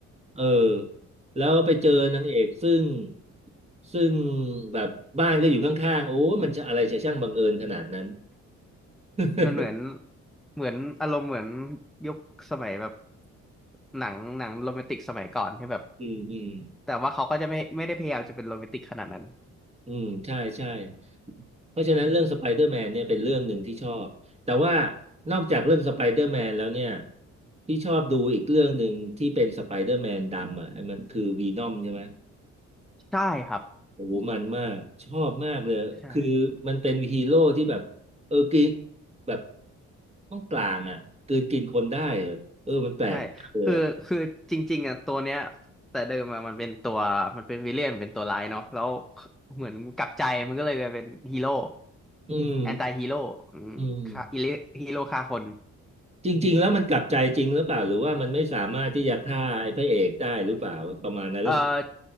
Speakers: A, on the right; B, in the centre.
A: เออแล้วไปเจอนางเอกซึ่งซึ่งแบบบ้านก็อยู่ข้างๆโอ้มันจะอะไรจะช่างบังเอิญขนาดนั้น <laughs>
B: มันเหมือนเหมือนอารมณ์เหมือนยุคสมัยแบบหนังหนังโรแมนติกสมัยก่อนที่แบบ
A: อืมอืม
B: แต่ว่าเขาก็จะไม่ไม่ได้พยายามจะเป็นโรแมนติกขนาดนั้น
A: อืมใช่ใช่เพราะฉะนั้นเรื่องสไปเดอร์แมนเนี่ยเป็นเรื่องหนึ่งที่ชอบแต่ว่านอกจากเรื่องสไปเดอร์แมนแล้วเนี่ยที่ชอบดูอีกเรื่องหนึ่งที่เป็นสไปเดอร์แมนดำอ่ะมันคือวีนอมใช่ไหม
B: ใช่ครับ
A: โอ้โหมันมากชอบมากเลยคือมันเป็นฮีโร่ที่แบบเออกิน
B: ใช่
A: แบบต้องกลางอ่ะกลืนกินคนได้อะเออมันแปลกมากเลยอ่ะ
B: ใช่คือคือจริงๆอ่ะตัวเนี้ยแต่เดิมอะมันเป็นตัวมันเป็นวิลเลียนเป็นตัวร้ายเนาะแล้วเหมือนกลับใจมันก็เลยกลายเป็นฮีโร่
A: อืม
B: แอนตี้ฮีโร่อืมฆ่า
A: อืม
B: ฮีโร่ฆ่าคน
A: จริงๆแล้วมันกลับใจจริงหรือเปล่าหรือว่ามันไม่สามารถที่จะฆ่าไอ้พระเอกได้หรือเปล่าประมาณนั้นหรือเปล่า
B: เอ่อ